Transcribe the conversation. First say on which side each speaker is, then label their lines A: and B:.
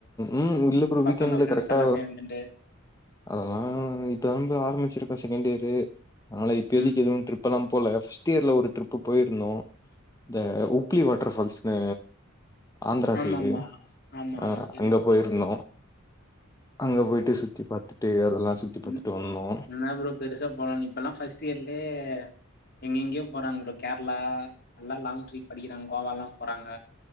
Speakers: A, on the left; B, on the left.
A: ம் இல்ல ப்ரோ
B: பசங்க
A: வீக்கெண்ட்ல
B: ஃப்ரெண்ட்ஸ்
A: கரெக்டா
B: எல்லா சேந்துட்டு
A: அதெல்லா இப்பதா ப்ரோ ஆரம்பிச்சிருக்கே செகண்ட் இயரு அதனால இப்பேதைக்கு
B: ம்
A: எதுவு ட்ரிப் ப்பெல்லா போல ஃபர்ஸ்ட் இயர்ல ஒரு ட்ரிப்பு போயிருந்தோ இந்த உப்ளி வாட்டர் ஃபால்ஸ்னு ஆந்திரா
B: ஆமா
A: சைடு
B: ஆமா ஆமா
A: அ
B: ஆமா கேள்விப்பட்டிருக்கே
A: அங்க போயிருந்தோ அங்க போயிட்டு சுத்தி பாத்துட்டு அதெல்லா சுத்தி பாத்துட்டு
B: ம்
A: வந்தோ
B: என்ன ப்ரோ பெருசா போலாமே இப்பல்லா ஃபர்ஸ்ட் இயர்லே எங்கெங்கேயோ போறாங்க ப்ரோ கேரளா நல்லா லாங் ட்ரிப் அடிக்கிறாங்க கோவால்லா போறாங்க